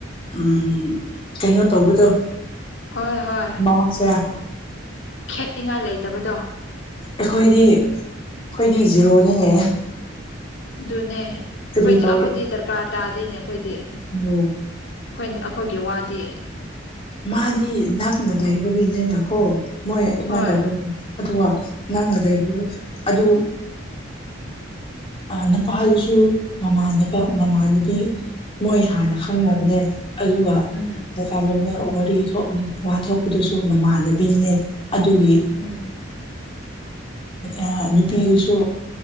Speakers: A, on the left; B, on the left.
A: ꯎꯝ ꯀꯩꯅꯣ ꯇꯧꯕꯗꯣ
B: ꯍꯣꯏ ꯍꯣꯏ
A: ꯃꯥꯎ ꯖꯦ
B: ꯈꯦꯠꯅꯤꯡꯉꯥꯏ ꯂꯩꯇꯕꯗꯣ
A: ꯑꯩꯈꯣꯏꯗꯤ ꯑꯩꯈꯣꯏꯗꯤ ꯖꯤꯔꯣꯅꯤꯅꯦ
B: ꯑꯗꯨꯅꯦ ꯑꯩꯈꯣꯏꯗꯤ
A: ꯀꯔꯤ ꯇꯧ
B: ꯑꯩꯈꯣꯏꯗꯤ ꯗꯔꯀꯥꯔ ꯇꯥꯗꯦꯅꯦ ꯑꯩꯈꯣꯏꯗꯤ
A: ꯎꯝ
B: ꯑꯩꯈꯣꯏ ꯑꯩꯈꯣꯏꯒꯤ ꯋꯥꯗꯤ
A: ꯃꯥꯗꯤ ꯅꯛꯅ ꯂꯩꯕꯒꯤꯅꯤꯅꯀꯣ ꯃꯣꯏ ꯑꯗꯨꯃꯥꯏꯅ
B: ꯍꯣꯏ
A: ꯇꯧꯕꯅꯤ ꯑꯗꯨꯒ ꯅꯛꯅ ꯂꯩꯕꯗꯨ ꯑꯗꯨ ꯑꯥ ꯅꯨꯄꯥꯗꯨꯁꯨ ꯃꯃꯥꯟꯅꯕ ꯃꯃꯥꯟꯅꯕꯤ ꯃꯣꯏ ꯍꯥꯟꯅ ꯈꯪꯅꯕꯅꯦ ꯑꯗꯨꯒ
B: ꯎꯝ
A: ꯃꯄꯥꯜꯂꯣꯟꯅ ꯋꯥꯔꯤ ꯊꯣꯛ ꯋꯥ ꯊꯣꯛꯄꯗꯨꯁꯨ ꯃꯃꯥꯟꯅꯕꯤꯅꯦ ꯑꯗꯨꯒꯤ
B: ꯎꯝ
A: ꯑꯥ ꯅꯨꯄꯤꯗꯨꯁꯨ